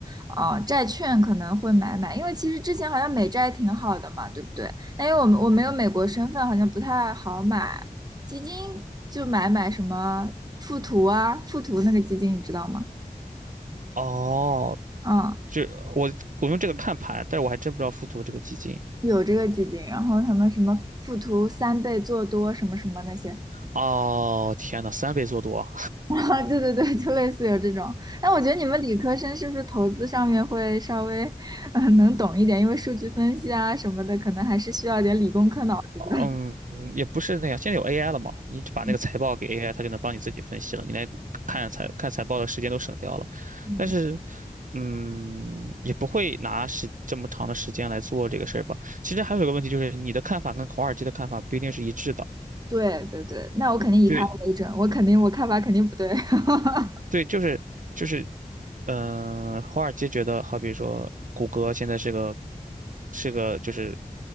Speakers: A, on the right (about 25°); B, on the right (about 60°).
A: 啊、债券可能会买买，因为其实之前好像美债挺好的嘛，对不对？但因为我们我没有美国身份，好像不太好买。基金就买买什么富途啊，富途那个基金你知道吗？
B: 哦，
A: 嗯。
B: 这我我用这个看盘，但是我还真不知道富途这个基金。
A: 有这个基金，然后他们什么附图三倍做多什么什么那些，
B: 哦，天呐，三倍做多！
A: <laughs> 啊，对对对，就类似有这种。那我觉得你们理科生是不是投资上面会稍微嗯、呃能懂一点，因为数据分析啊什么的，可能还是需要点理工科脑子的。
B: 嗯，也不是那样。现在有 AI 了嘛，你只把那个财报给
A: <laughs>
B: AI，它就能帮你自己分析了。你来看财看财报的时间都省掉了，
A: 嗯，
B: 但是，嗯，也不会拿时这么长的时间来做这个事儿吧。其实还有一个问题就是，你的看法跟华尔街的看法不一定是一致的。
A: 对对对，那我肯定以他为准，
B: 就
A: 我肯定我看法肯定不对。<laughs>
B: 对，就是就是，嗯、华尔街觉得，好比说谷歌现在是个是个就是，